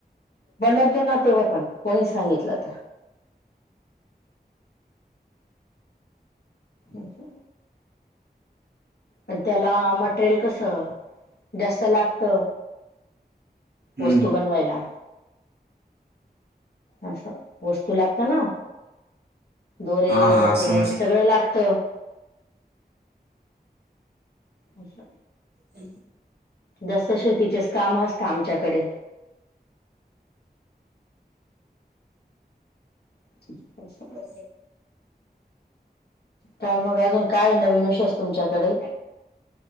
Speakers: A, on the left (about 70°); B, on the right (about 75°).
A: बनवतो ना तेव्हा पण कोणी सांगितलं तर अच्छा पण त्याला मटेरियल कसं जास्त लागत
B: हम्म
A: वस्तू बनवायला असं वस्तू लागत ना दोरे
B: हा हा
A: ते
B: समजलं
A: सगळं लागत अचछा
B: अ
A: जसं शेतीचेच काम असतात आमच्याकडे <inaudible>
B: अ्
A: का मग अजून काय नवीन विशयष तुमच्याकडे